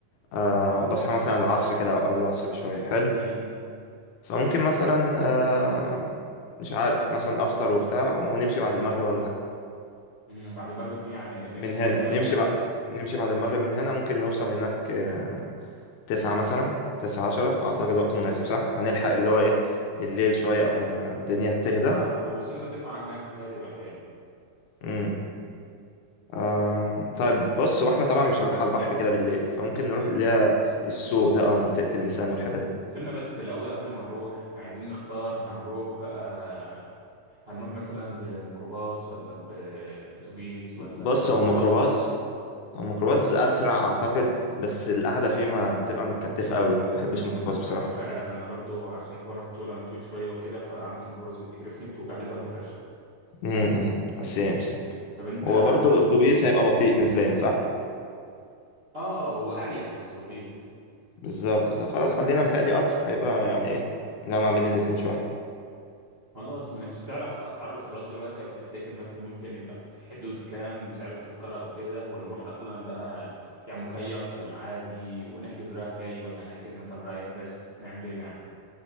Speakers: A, on the left (about 75°); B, on the right (about 35°).
A: أه بصحى مثلا العصر كده او قبل العصر بشويه حلو
B: امم
A: فممكن مثلا أه مش عارف مثلا افطر وبتاع ونمشي بعد المغرب ولا حاجه
B: أمم، بعد المغرب دي يعني نمشي
A: من
B: ستة
A: هنا
B: مثلا
A: نمشي بقى نمشي بعد المغرب من هنا ممكن نوصل هناك آه، تسعة مثلا تسعة عشرة أعتقد وقت مناسب صح هنلحق اللي هو إيه الليل شوية قبل ما الدنيا تهدى
B: اه لو وصلنا تسعة هناك بيتهيألي يبقى حلو
A: امم آم، طيب بص هو احنا طبعا مش هنروح على البحر كده بالليل فممكن نروح اللي هي السوق ده أو منطقة اللسان والحتت دي
B: استنى بس الأول قبل ما نروح احنا عايزين نختار هنروح بقى هنروح مثلا بميكروباص ولا بأتوبيس ولا
A: بص
B: نروح
A: هو الميكروباص
B: بقطر
A: هو الميكروباص أسرع أعتقد بس القعدة فيه ما بتبقى متكتفة قوي ما بحبش الميكروباص بصراحة
B: اه فعلا انا برضو عشان حوار الطول انا طويل شويه وكده فقعده الميكروباص بتقرفني وبتوجع لي ظهري فشخ
A: امم سيم سيم
B: طب انت
A: هو برضه الأتوبيس
B: مم.
A: هيبقى بطيء نسبيا صح
B: اه هو اريح بس بطيء
A: بالظبط صح. خلاص خلينا متهيألي قطر هيبقى يعني إيه جامع بين الاتنين شوية
B: خلاص مش تعرف اسعار القطارات دلوقتي او تفتكر مثلا ممكن يبقى في حدود كام سعر التذكره او كده ونروح اصلا بقى يعني مكيف ولا عادي ونحجز رايح جاي ولا هنحجز مثلا رايح بس نعمل ايه يعني